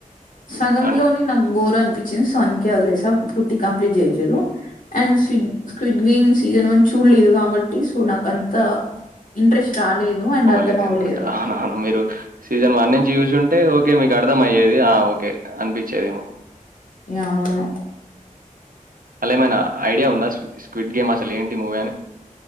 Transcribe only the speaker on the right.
అన్
లేదు
అనుకుంటా అవునవును మీరు సీజన్ వన్ నుంచి చూసుంటే అంటే ఓకే మీకు అర్థం అయ్యేది ఆ ఓకే అనిపించేదేమో
అలా ఏమైనా ఐడియా ఉందా స్క్విట్ గేమ్ అసలు ఏంటి మూవీ అని